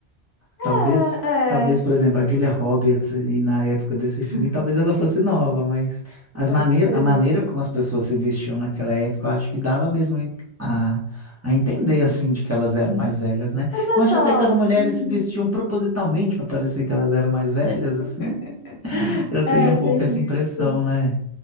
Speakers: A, on the left (about 70°); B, on the right (about 15°).
A: É,
B: Talvez,
A: é.
B: talvez, por exemplo, a Julia Roberts ali na época desse
A: <laughs>
B: filme, talvez ela fosse nova, mas as
A: Pode
B: maneiras,
A: ser.
B: a maneira como as pessoas se vestiam naquela época, eu acho que dava mesmo a, a entender assim de que elas eram mais velhas, né?
A: Mas não
B: Eu
A: é
B: acho
A: só.
B: até que as mulheres
A: Uhum.
B: se vestiam propositalmente para parecer que elas eram mais velhas, assim.
A: <laughs>
B: Eu tenho
A: É,
B: um pouco
A: tem
B: essa impressão,
A: isso.
B: né?